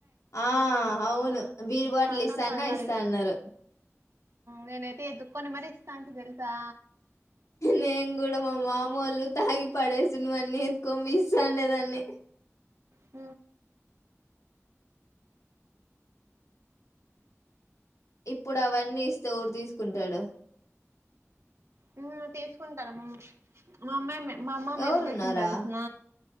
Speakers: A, on the left; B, on the right.
A: ఆ అవును బీర్ బాటిల్
B: పాకం
A: ఇస్తాన్న
B: పాకాలు
A: ఇస్తా అన్నారు
B: నేనైతే ఎదుకని మరి ఇస్తా అంతనికి తెలుసా
A: నేను కూడ మామ మందుతాగి పడే ఇ నువ అన్నీ ఎత్కొ పోయి ఇస్తండెడాన్ని
B: హ
A: ఇప్పుడు అవన్నీ ఇస్తే ఎవరు తీసుకుంటాడు
B: హ్మ్మ్ తీసుకుంటారమ్ మామ్మ మా అమ్మాయిమ్ మ మా అమ్మమ్మ
A: ఎవరున్నారా
B: ఏం తెసింది తెలుసిన